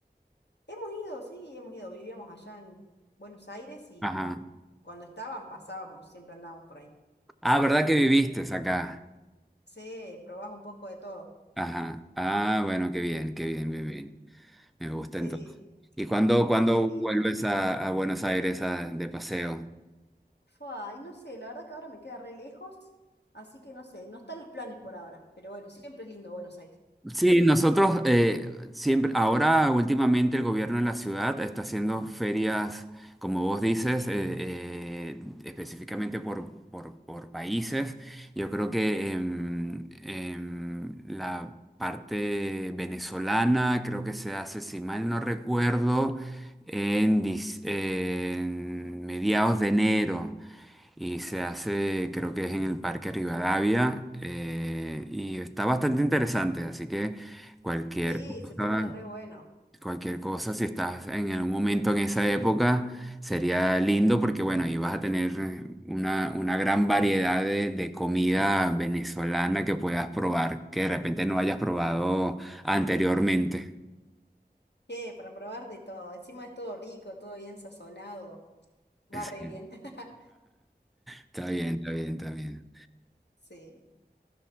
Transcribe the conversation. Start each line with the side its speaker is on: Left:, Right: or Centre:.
Left: Hemos ido, sí, hemos ido. Vivíamos allá en Buenos Aires y
Centre: Ajá.
Left: cuando estaban pasábamos, siempre andábamos por ahí.
Centre: Ah, ¿verdad que viviste acá?
Left: Sí, probás un poco de todo.
Centre: Ajá. Ah, bueno, qué bien, qué bien, bien, bien. Me gusta
Left: Sí,
Centre: entonces. ¿Y cuándo, cuándo
Left: es lindo.
Centre: vuelves a, a Buenos Aires a- de paseo?
Left: Fua, y no sé, la verdad que ahora me queda re lejos, así que no sé, no están los planes por ahora, pero bueno, siempre es lindo Buenos Aires.
Centre: Sí, nosotros eh, siempre, ahora últimamente el gobierno de la ciudad está haciendo ferias, como vos dices, eh, eh, específicamente por, por- por países. Yo creo que em, em, la parte venezolana creo que se hace, si mal no recuerdo, en, dis- en mediados de enero y se hace, creo que es en el Parque Rivadavia, eh, y está bastante interesante, así que cualquier
Left: Sí,
Centre: cosa,
Left: se pone re bueno.
Centre: cualquier cosa, si estás en algún momento en esa época, sería lindo porque, bueno, ahí vas a tener una, una gran variedad de, de comida venezolana que puedas probar, que de repente no hayas probado anteriormente.
Left: ¿Qué? Para probar de todo. Encima es todo rico, todo bien sazonado.
Centre: <laughs> Es
Left: Va re
Centre: <laughs>
Left: bien. <laughs>
Centre: Está bien, está bien, está bien.
Left: Sí.